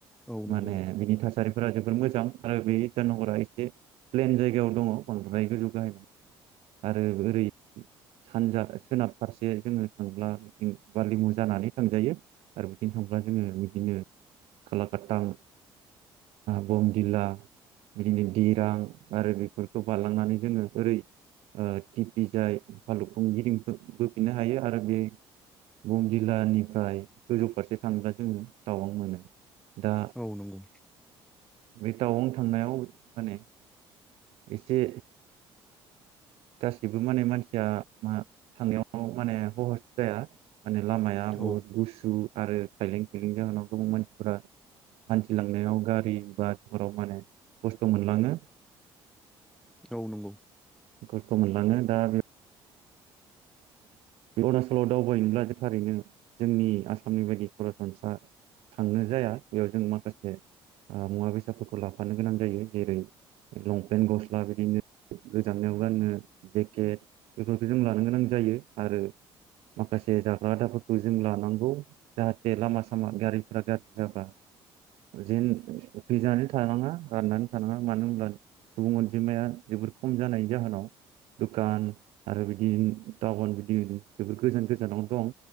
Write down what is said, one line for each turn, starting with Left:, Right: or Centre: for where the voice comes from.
Centre: औ नंगौ
Right: माने बिनि थासारिफोरा जोबोर मोजां आरो बे इटानगरा एसे प्लेन जायगायाव दङ बांद्राय गोजौ गाहाय नंङा आरो ओरै सानजा सोनाब फारसे जोङो थांब्ला बिथिं बालिमु जानानै थांजायो आरो बिथिं थांब्ला जोङो बिदिनो खालाकाटां बमदिला बिदिनो दिरां आरो बेफोरखौ बारलांनानै जोङो ओरै ओ टिपि जाय फालु फुंगिं बो-बो फिनो हायो आरो बे बुम जिल्लानिफ्राय गोजौ फारसे थाङोब्ला जोङो टावां मोनो दा
Centre: औ नंगौ
Right: बे टावां थांनायाव माने एसे गासैबो माने मानसिया मा थांनायाव माने हहस जाया माने लामाया
Centre: औ
Right: बुहुद गुसु आरो खायलें खैलें जाहोनाव गोबां मानसिफोरा हान्थिलांनायाव गारि बासफोराव माने खस्थ' मोनलाङो।
Centre: औ नंगौ
Right: खस्थ' मोनलाङो दा बे बे अरुणाचलाव दावबायनोब्ला जों थारैनो जोंनि आसामनि बायदि सरासनस्रा थांनो जाया बेयाव जों माखासे ओ मुवा बेसादफोरखौ लाफानो गोनां जायो जेरै लंपेन्ट गस्ला बिदिनो गोजांनायाव गाननो जेकेट बेफोरखौ जों लानो गोनां जायो। आरो माखासे जाग्रा आदाफोरखौ जों लानांगौ जाहाथे लामा सामा गारिफ्रा गाज्रि जाबा जेन उखैजानै थानाङा राननानै थानाङा मानो होनब्ला सुबुं अनजिमाया जोबोर खम जानायनि जाहोनाव दुखान आरो बिदि टाउन जोबोर गोजान गोजानाव दं।